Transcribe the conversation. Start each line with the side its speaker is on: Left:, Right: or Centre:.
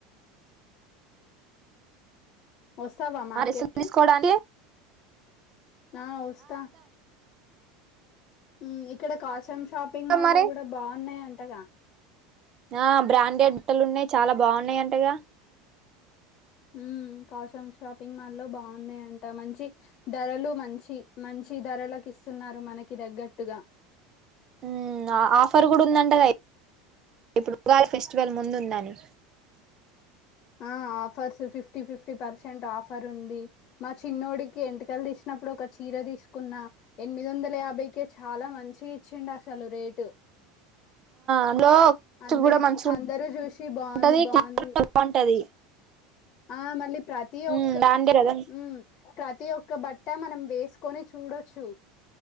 Left: వస్తావా మార్కెట్కి
Right: ఆ డ్రెస్సులు తీసుకోవడానికి
Left: ఆ వస్తా హ్మ్ ఇక్కడ కషం షాపింగ్ మాల్ల్లో
Right: మరి
Left: కూడా బాగున్నాయ్ అత్తగా
Right: ఆ బ్రాండెడ్ బట్టలు ఉన్నాయి చాలా బాగున్నాయి అంటగా
Left: హ్మ్ కాసం షాపింగ్ మాల్ల్లో బాగున్నాయ అంట మంచి ధరలు మంచి మంచి ధరలకు ఇస్తున్నారు మనకి దగ్గట్టుగా
Right: హ్మ్ ఆ ఆఫర్ కూడా ఉందంటాగ ఇప్పుడు ఉగాది ఫెస్టివల్ ముందుందని
Left: ఆ offers fifty fifty percent offer ఉంది మ చిన్నోడికి ఎంటికలు తీసినప్పుడు ఒక చీర తీసుకున్నా ఎనిమిది వందల యాభైకే చాలా మంచి ఇచ్చిండు అసలు రేటు
Right: అందులో
Left: అందరికి
Right: కూడా మంచి ఉంటది
Left: అందరూ చూసి బాగుంది బాగుంది
Right: క్లోత్ బాగుంటది
Left: ఆ మళ్ళీ ప్రతి
Right: ఉమ్
Left: ఒక్క
Right: దాంటే కదా
Left: హ్మ్ ప్ర ప్రతి ఒక్క బట్ట మనం వేసుకొని చూడొచ్చు